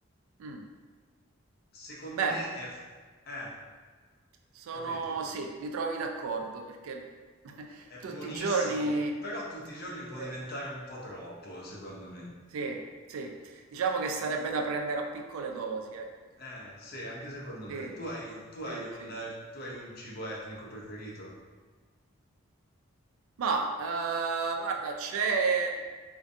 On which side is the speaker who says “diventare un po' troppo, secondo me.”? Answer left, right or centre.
Left